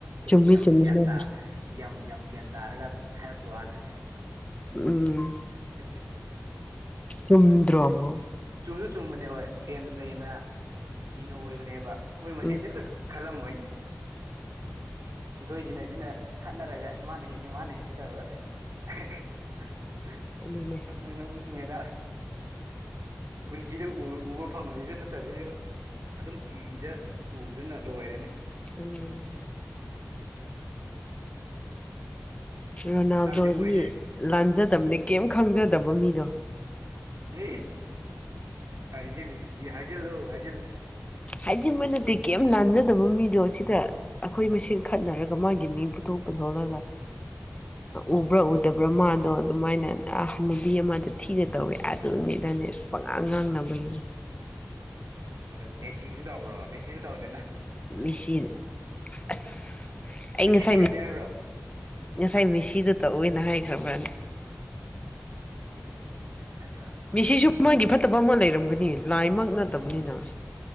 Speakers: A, on the left; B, on the right.
A: ꯆꯨꯝꯃꯤ
B: ꯑꯁ ꯌꯥꯝ
A: ꯆꯨꯝꯃꯤ
B: ꯒ꯭ꯌꯥꯟ ꯇꯥ ꯌꯥꯝ ꯒ꯭ꯌꯥꯟ ꯇꯥꯔꯒ ꯍꯥꯏꯔꯛꯄ ꯋꯥꯅꯤꯗ
A: ꯎꯝ
B: ꯍ <unintelligible>
A: ꯁꯨꯝꯗ꯭ꯔꯕ
B: ꯆꯨꯝꯁꯨ ꯆꯨꯝꯕꯅꯦ ꯍꯣꯏ ꯐꯦꯟꯁꯤꯅ ꯍꯦꯟꯅ ꯀꯤꯩꯅꯣ ꯑꯣꯏꯕꯅꯦꯕ ꯃꯣꯏ ꯃꯁꯦꯟꯗꯤ
A: ꯎꯝ
B: ꯑꯝꯇ ꯈꯜꯂꯝꯃꯣꯏꯅꯦ ꯑꯩꯈꯣꯏꯁꯤꯅ ꯁꯤꯅ ꯈꯠꯅꯔꯒ ꯑꯁ ꯃꯥꯅ ꯍꯦꯜꯂꯤ ꯃꯥꯅ ꯍꯦꯜꯂꯤ ꯇꯧꯔꯒ <unintelligible>
A: ꯑꯗꯨꯅꯦ
B: ꯅꯣꯛꯅꯤꯉꯦꯗ ꯄꯨꯟꯁꯤꯗ ꯎꯕ ꯐꯪꯉꯣꯏꯁꯨ ꯅꯠꯇꯕꯁꯤꯕꯨ ꯑꯗꯨꯝ ꯇꯤꯚꯤꯗ ꯄꯨꯕꯗꯨꯅ ꯂꯣꯏꯔꯦꯅꯦ
A: ꯎꯝ ꯔꯣꯅꯥꯜꯗꯣ
B: ꯍꯥꯏꯕꯗꯤ ꯃꯣꯏꯁꯦ
A: ꯃꯤ ꯂꯥꯟꯖꯗꯕꯅꯦ ꯀꯩꯝ ꯈꯪꯖꯗꯕ ꯃꯤꯗꯣ
B: ꯅ ꯊꯥꯔꯤꯁꯤꯜꯂꯤꯁꯤꯗꯤ ꯍꯥꯏꯖꯤꯜꯂꯣꯑꯣ ꯍꯥꯏꯖꯤꯜꯂꯑꯣ
A: ꯍꯥꯏꯗꯤꯕ ꯅꯠꯇꯦ ꯀꯩꯝ ꯂꯥꯟꯖꯗꯕ ꯃꯤꯗꯣ ꯁꯤꯗ ꯑꯩꯈꯣꯏ ꯃꯁꯦꯟ ꯈꯠꯅꯔꯒ ꯃꯥꯒꯤ ꯃꯤꯡ ꯄꯨꯊꯣꯛ ꯄꯨꯊꯣꯛꯂꯒ ꯎꯕ꯭ꯔꯥ ꯎꯗꯕ꯭ꯔꯥ ꯃꯥꯗꯣ ꯑꯗꯨꯃꯥꯏꯅ ꯅꯨꯕꯤ ꯑꯃꯗ ꯊꯤꯅ ꯇꯧꯋꯦ ꯑꯗꯨꯅꯤꯗꯅꯦ ꯄꯉꯥꯡ ꯉꯥꯡꯅꯕꯒꯤꯅꯤ
B: ꯑꯗꯣ ꯃꯦꯁꯤꯁꯨ ꯇꯧꯈ꯭ꯔꯣ ꯃꯦꯁꯤꯁꯨ ꯇꯧꯗꯦꯅ
A: ꯃꯤꯁꯤ ꯑꯁ ꯑꯩ
B: ꯃꯦꯁꯤꯗꯤ
A: ꯉꯁꯥꯏ
B: ꯌꯥꯗꯦ ꯍꯥꯏꯕ꯭ꯔꯣ
A: ꯉꯁꯥꯏ ꯃꯤꯁꯤꯗꯨ ꯇꯧꯑꯣꯏꯅ ꯍꯥꯏꯈ꯭ꯔꯕ꯭ꯔꯅꯤ꯫
B: ꯑꯗꯣ꯫
A: ꯃꯤꯁꯤꯁꯨ ꯃꯥꯒꯤ ꯐꯠꯇꯕ ꯑꯃ ꯂꯩꯔꯝꯒꯅꯤ ꯂꯥꯏꯃꯛ ꯅꯠꯇꯕꯅꯤꯅ